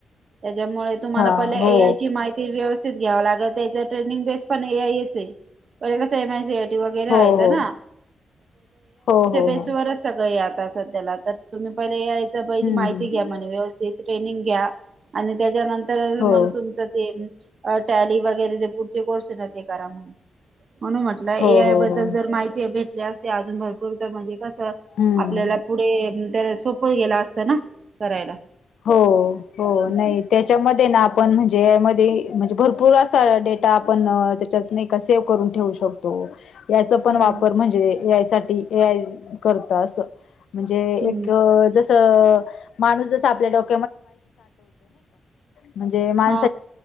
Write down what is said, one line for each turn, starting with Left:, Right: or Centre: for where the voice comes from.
Right: त्याच्यामुळे तुम्हाला
Left: हा
Right: पहिला ए
Left: हो
Right: आय ची माहिती व्यवस्थित घ्यावं लागल. त्याचा ट्रेनिंग बेस पण ए. आय येत आहे. रे समा <unintelligible> वगैरे राहायचं
Left: हो हो
Right: ना.
Left: हो हो
Right: बेसवरच
Left: हो
Right: सगळं हे आता. त्याला तर तुम्ही पहिले ए. आय.
Left: हम्म
Right: माहिती
Left: हम्म
Right: घ्या म्हने व्यवस्थित. ट्रेनिंग घ्या. आणि त्याच्यानंतर
Left: हो
Right: मग तुमच ते. अ टॅली वगैरे ते पुढचे कोर्स आहेत ते करा मग. म्हणून म्हटलं ए
Left: हो
Right: आय
Left: हो
Right: बद्दल
Left: हो
Right: जर माहिती भेटली असते अजून भरपूर तर म्हणजे कस आपल्याला
Left: हम्म
Right: पुढे त्या सोपं गेला असतं ना करायला
Left: हो हो
Right: असं
Left: नाही त्याच्यामध्ये ना आपण म्हणजे यामध्ये म्हणजे भरपूर असा डेटा आपण त्याच्यात नाही का सेव्ह करून ठेवू शकतो याचा पण
Right: हम्म
Left: वापर म्हणजे ए आय साठी ए आय करत असं म्हणजे
Right: हम्म
Left: एक जस माणूस जस मा म्हण माण
Right: हा